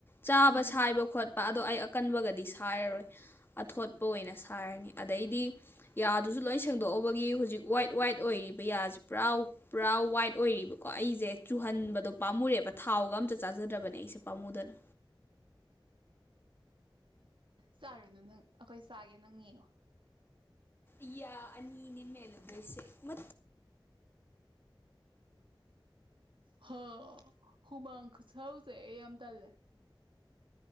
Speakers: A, on the left; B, on the right.
A: ꯆꯥꯕ
B: ꯎꯝ
A: ꯁꯥꯏꯕ ꯈꯣꯠꯄ ꯑꯗꯣ ꯑꯩ ꯑꯀꯟꯕꯒꯗꯤ ꯁꯥꯏꯔꯔꯣꯏ ꯑꯊꯣꯠꯄ ꯑꯣꯏꯅ ꯁꯥꯢꯔꯅꯤ ꯑꯗꯩꯗꯤ ꯌꯥꯗꯨꯁꯨ ꯂꯣꯏ ꯁꯦꯡꯗꯣꯛꯑꯣꯕꯒꯤ ꯍꯧꯖꯤꯛ ꯋꯥꯏꯠ ꯋꯥꯏꯠ ꯑꯣꯏꯔꯤ ꯕ ꯌꯥꯁꯦ ꯄꯨꯔꯥ ꯄꯨꯔꯥ ꯋꯥꯏꯠ ꯑꯣꯏꯔꯤꯕꯀꯣ ꯑꯩꯁꯦ ꯆꯨꯍꯟꯕꯗꯣ ꯄꯥꯝꯃꯨꯔꯦꯕ ꯊꯥꯎꯒ ꯑꯝꯇ ꯆꯥ ꯆꯥꯖꯗ꯭ꯔꯕꯅꯦ ꯑꯩꯁꯦ ꯄꯥꯝꯃꯨꯗꯅ
B: ꯆꯥꯔꯨꯅꯨ ꯅꯪ ꯑꯈꯣꯏ ꯆꯥꯒꯦ ꯅꯪ ꯌꯦꯡꯉꯣ
A: ꯏꯌꯥ ꯑꯅꯤꯅꯦ ꯃꯦꯟꯂꯨꯗꯣꯢꯁꯦ ꯃꯠ
B: ꯍꯣ ꯍꯨꯃꯥꯡ ꯈꯨꯁꯧꯁꯦ ꯑꯩ ꯌꯥꯝ ꯇꯜꯂꯦ